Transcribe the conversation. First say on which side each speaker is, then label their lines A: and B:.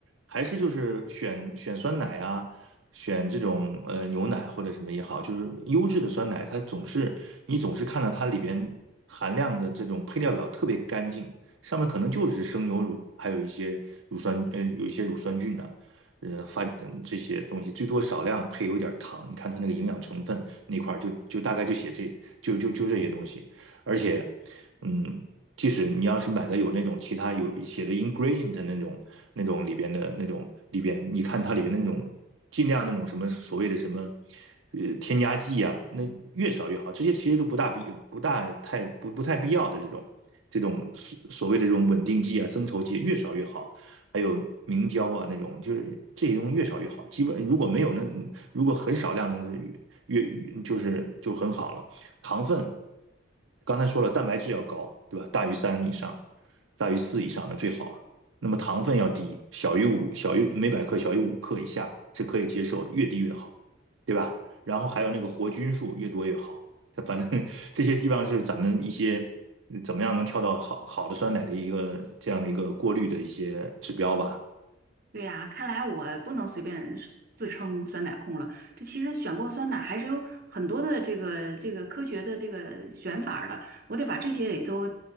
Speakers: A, on the right; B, on the right.
A: 还是就是选选酸奶啊，选这种呃牛奶或者什么也好，就是优质的酸奶，它总是你总是看到它里边含量的这种配料表特别干净，上面可能就是生牛乳，还有一些乳酸，呃，有一些乳酸菌啊，呃，发嗯这些东西，最多少量配有一点儿糖，你看它那个营养成分那块儿就就大概就写这就就就这些东西。而且，嗯，即使你要是买的有那种其他有写的 ingredient 的那种那种里边的那种里边，你看它里边那种尽量那种什么所谓的什么。呃，添加剂啊，那越少越好。这些其实都不大必不大太不不太必要的这种这种所所谓的这种稳定剂啊、增稠剂越少越好。还有明胶啊那种，就是这些东西越少越好。基本如果没有那如果很少量的越越就是就很好了。糖分，刚才说了，蛋白质要高，对吧？大于三以上，大于四以上那最好了。那么糖分要低，小于五，小于每百克小于五克以下是可以接受的，越低越好，对吧？然后还有那个活菌数越多越好。反正 <laughs> 这些基本上是咱们一些怎么样能挑到好好的酸奶的一个这样的一个过滤的一些指标吧。
B: 对呀，看来我不能随便自称酸奶控了。这其实选购酸奶还是有很多的这个这个科学的这个选法儿的，我得把这些也都